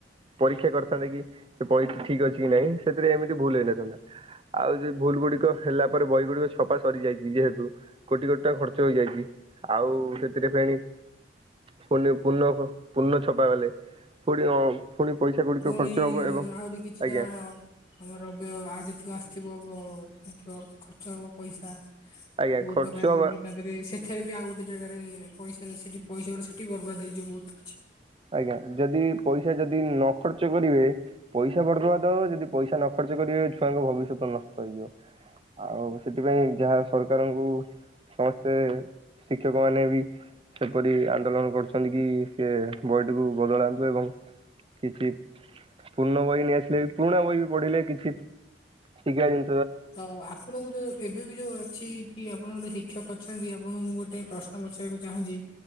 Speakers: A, on the right; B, on the left.
A: ପରୀକ୍ଷା କରିଥାନ୍ତେ କି ସେ ବହି ଠିକ ଅଛି କି ନାଇଁ ସେଥିରେ ଏମିତି ଭୁଲ ହେଇନଥାନ୍ତା ଆଉ ଯଉ ଭୁଲ ଗୁଡ଼ିକୁ ତ ହେଲା ପରେ ବହି ଗୁଡିକ ଛପା ସରିଯାଇଛି ଯେହେତୁ କୋଟି କୋଟି ଟଙ୍କା ଖର୍ଚ୍ଚ ହେଇଯାଇଛି ଆଉ ସେ ସେ ଫେଣି ପୂ-ପୂର୍ଣ୍ଣ -ପୂର୍ଣ୍ଣ ଛପାଗଲେ ଗଲେ କୋଉଠି ପୁଣି ଅ ପଇସା ଗୁଡିକ
B: ପୁଣି
A: ଖର୍ଚ୍ଚ ହବ ଏବଂ
B: ଆହୁରି କିଛିଟା
A: ଆଜ୍ଞା
B: ଆମର ରବ୍ୟ ଆଜ ତିକ ଥିବଥିବ ଖର୍ଚ୍ଚ ହବ ପଇସା। ବହୁତ
A: ଆଜ୍ଞା ଖର୍ଚ୍ଚ
B: ପ୍ରକାରରେ
A: ହବା
B: ବି ତା ଦେହରେ ସେଠାରେ ବି ଆଉ ଗୋଟେ ଜାଗାରେ ପଇସାରେ ସେଠି ପଇସା ଗୁରା ସେଠି ବରର୍ବାଦ ହେଇଯିବ ବହୁତ କିଛି
A: ଆଜ୍ଞା ଯଦି ପଇସା ଯଦି ନ ଖର୍ଚ୍ଚ କରିବେ ପଇସା ବରବ <unintelligible> ତ ଯଦି ପଇସା ନ ଖର୍ଚ୍ଚ ଯଦି କରିବେ ଛୁଆଙ୍କ ଭବିଷ୍ୟତ ନଷ୍ଟ ହେଇଯିବ ଆଉ ସେଥିପାଇଁ ଯାହା ସରକାରଙ୍କୁ ସମସ୍ତେ ଶିକ୍ଷକ ମାନେ ବି ସେପରି ଆନ୍ଦୋଳନ କରୁଛନ୍ତି କି ସିଏ ବହିଟି କୁ ବଦଳାନ୍ତୁ ଏବଂ କିଛି ପୂର୍ଣ୍ଣ ବହି ନେଇ ଆସିଲେ ବି ପୁରୁଣା ବହି ବି ପଢିଲେ କିଛି ଶିକ୍ଷା ଜି
B: ତ ଆପଣଙ୍କୁ ଯୋଉ ଏବେ ବି ଯୋଉ ଅଛି କି ଆପଣ ଗୋଟେ ଶିକ୍ଷକ ଅଛନ୍ତି ଆପଣଙ୍କୁ ମୁଁ ଗୋଟେ ପ୍ରଶ୍ନ ପଚାରିବାକୁ ଚାହୁଁଛି